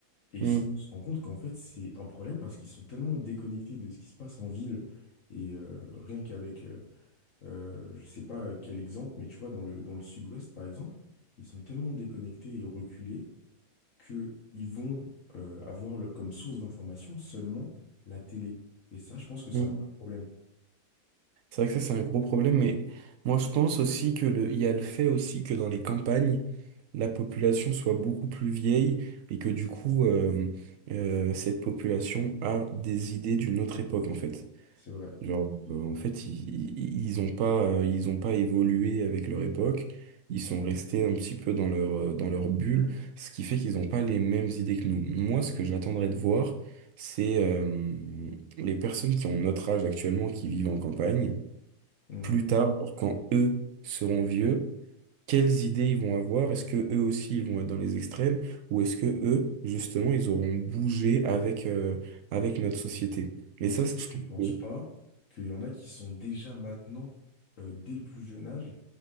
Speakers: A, on the left; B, on the right.
A: Et
B: mm,
A: ça, on se rend compte qu'en fait, c'est un problème parce qu'ils sont tellement déconnectés de ce qui se passe en ville. Et euh, rien qu'avec, euh, euh, je sais pas quel exemple, mais tu vois, dans le, dans le sud-ouest, par exemple, ils sont tellement déconnectés et reculés qu'ils vont euh, avoir le- comme source d'information seulement la télé. Et ça, je pense que c'est
B: mm.
A: un énorme problème.
B: C'est vrai que ça, c'est un gros problème, mais moi, je pense aussi que le, il y a le fait aussi que dans les campagnes, la population soit beaucoup plus vieille et que du coup, euh, euh, cette population a des idées d'une autre époque, en fait.
A: C'est vrai.
B: Genre, euh, en fait, ils, ils, ils ont pas, euh, ils ont pas évolué avec leur époque. Ils sont restés un petit peu dans leur, euh, dans leur bulle, ce qui fait qu'ils n'ont pas les mêmes idées que nous. Moi, ce que j'attendrais de voir, c'est euh, les personnes qui ont notre âge actuellement, qui vivent en campagne,
A: Mmh.
B: plus tard, alors quand eux seront vieux, quelles idées ils vont avoir? Est-ce que eux aussi ils vont être dans les extrêmes? Ou est-ce que eux, justement, ils auront bougé avec, euh, avec notre société? Et
A: Mais
B: ça,
A: est-ce que
B: c'est-
A: toi,
B: je
A: tu
B: trouve
A: penses
B: que
A: pas qu'il y en a qui sont déjà maintenant, euh, dès le plus jeune âge,